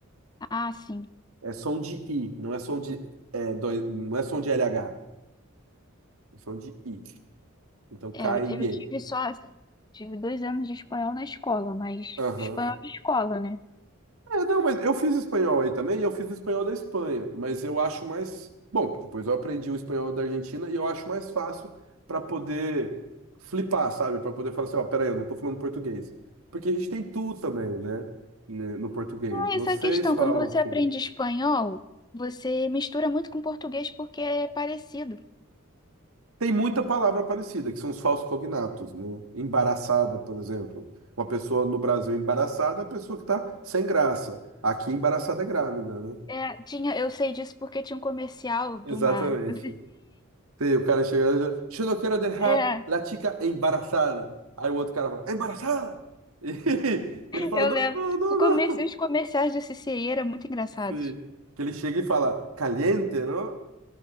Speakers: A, on the left; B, on the right.
A: Ah, sim.
B: É som de I, não é som de, é, doi- não é som de LH, é som de I. Então, caie.
A: É, eu, eu tive só. Tive dois anos de espanhol na escola, mas
B: Aham.
A: espanhol de escola, né?
B: É, não, mas eu fiz espanhol aí também, e eu fiz espanhol da Espanha, mas eu acho mais. Bom, depois eu aprendi o espanhol da Argentina e eu acho mais fácil para poder flipar, sabe? Para poder falar assim, ó, peraí, eu não tô falando português. Porque a gente tem tu também, né? né, No português.
A: Ah,
B: Vocês
A: essa é a questão.
B: falam
A: Quando você aprende
B: tu.
A: espanhol, você mistura muito com português porque é parecido.
B: Tem muita palavra parecida, que são os falsos cognatos, né? Embaraçada, por exemplo. Uma pessoa no Brasil embaraçada é a pessoa que tá sem graça. Aqui embaraçada é grávida, né?
A: É, tinha, eu sei disso porque tinha um comercial
B: Exatamente.
A: de uma. <laughs> do
B: Sim, o cara chega lá e diz, eu não quero deixar
A: É.
B: a chica embarazada. Aí o outro cara fala, embarazada? E <laughs> ele fala,
A: Eu
B: não,
A: lembro.
B: não, não,
A: O começo,
B: não.
A: os comerciais do CCI eram muito engraçados.
B: Sim. Que ele chega e fala, caliente, não?